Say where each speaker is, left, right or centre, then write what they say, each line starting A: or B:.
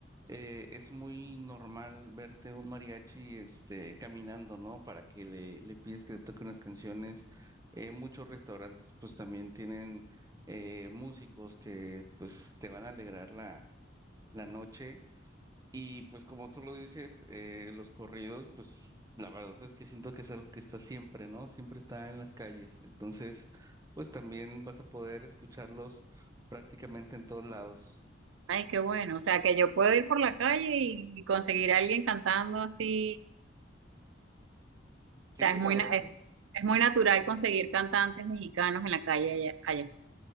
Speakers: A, on the right; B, on the right.
A: eh, es muy normal verte un mariachi, este, caminando, ¿no? Para que le, le pides que le toque unas canciones. Eh, muchos restaurantes, pues también tienen eh, músicos que, pues, te van a alegrar la, la noche. Y pues como tú lo dices, eh, los corridos, pues la verdad es que siento que es algo que está siempre, ¿no? Siempre está en las calles. Entonces, pues también vas a poder escucharlos prácticamente en todos lados.
B: Ay, qué bueno. O sea, que yo puedo ir por la calle y, y conseguir a alguien cantando así.
A: Sí,
B: O sea, es
A: la
B: muy,
A: verdad
B: na- es,
A: es
B: es muy natural conseguir cantantes mexicanos en la calle allá, allá.